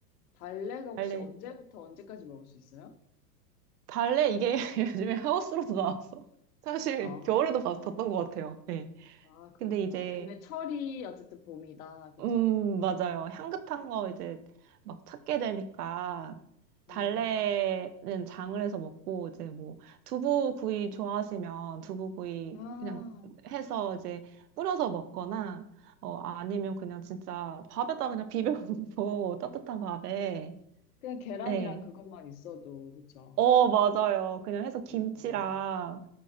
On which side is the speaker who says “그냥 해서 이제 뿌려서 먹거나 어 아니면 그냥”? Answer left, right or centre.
Right